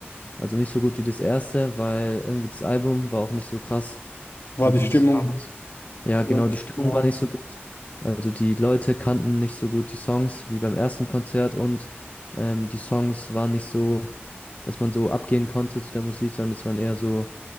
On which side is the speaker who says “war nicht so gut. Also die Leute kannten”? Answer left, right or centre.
Left